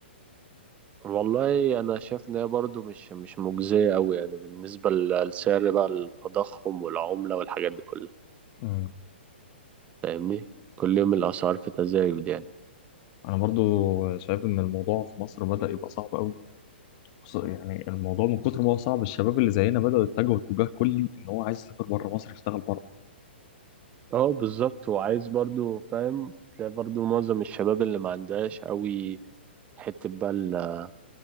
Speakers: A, on the right (about 20°); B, on the left (about 40°).
A: والله أنا شايف إن هي برضه مش مش مجزية أوي يعني بالنسبة لل- لسعر بقى التضخم والعملة والحاجات دي كلها
B: امم
A: فاهمني كل يوم الأسعار في تزايد يعني
B: انا برضو شايف ان الموضوع في مصر بدأ يبقى صعب قوي بص، يعني الموضوع من كتر ما هو صعب الشباب اللي زينا بدأوا يتجهوا اتجاه كلي ان هو عايز يسافر بره مصر يشتغل بره
A: اه بالظبط وعايز برضو فاهم تلاقي برضو معظم الشباب اللي ما عندهاش قوي حتة بقى ال-